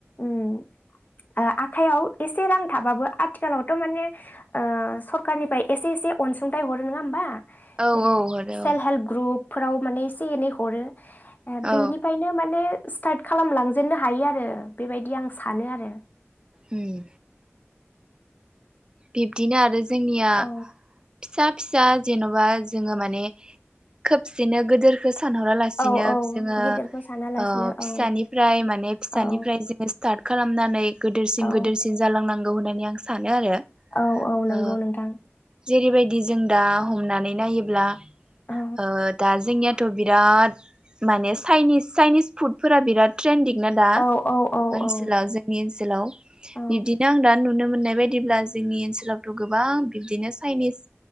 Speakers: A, on the left (about 40°); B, on the right (about 20°).
A: उम उ आखायाव एसे रां थाबाबो आथिखालावथ माने ओ सरखारनिफाय एसे एसे अनसुंथाइ हरो नङा होमबा?
B: औ
A: जेरै
B: आरो
A: सेल्फ
B: औ
A: हेल्प ग्रुप फोराव माने एसे एनै हरो आ
B: औ
A: बेनिफ्रायनो माने स्टार्ट खालामलांजेननो हायो आरो बेबायदि आं सानो आरो
B: उम बिब्दिनो आरो जोंनिया
A: औ
B: फिसा फिसा जेनबा जोङो माने खोबसेनो गोदोरखौ सानहरालासिनो
A: औ औ
B: जोंङो
A: गेदेरखौ सानालासिनो
B: ओ
A: औ
B: फिसानिफ्राय माने फिसानिफ्राय
A: औ
B: जोङो स्टार्ट खालामनानै गिदोरसिन
A: औ
B: गोदोरसिन जालांनां गौ होननानै आं सानो आरो
A: औ औ नंगौ
B: ओ
A: नोंथां ।
B: जेरैबायदि जों दा हमनानै नायोब्ला
A: औ
B: ओ दा जोंनि या थ' बिराद माने चाइनिस चाइनिस फुड फोरा बिराद ट्रेदिं ना दा
A: औ औ औ
B: ओनसोलाव
A: औ
B: जोंनि ओनसोलाव
A: औ
B: बिबदिनो आं दा नुनो मोनो नाय बायदिब्ला जोंनि ओनसोलावथ गोबां बिबदिनो चाइनिस